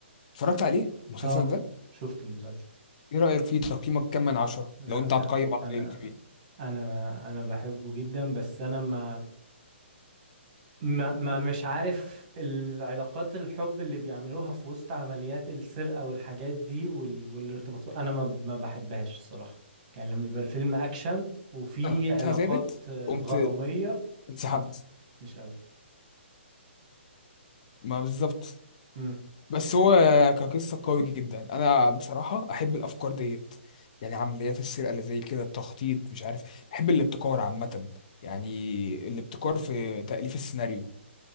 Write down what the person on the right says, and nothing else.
اه
شفت المسلسل
لا
لا
انا
انا انا بحبه جدا بس انا ما ما, ما مش عارف العلاقات الحب اللي بيعملوها في وسط عمليات السرقة والحاجات دي وال... والارتباطات أنا ما, ما بحبهاش الصراحة يعني لما بيبقى الفيلم أكشن وفي
علاقات
آه،
غرامية
م- مش قوي
مم.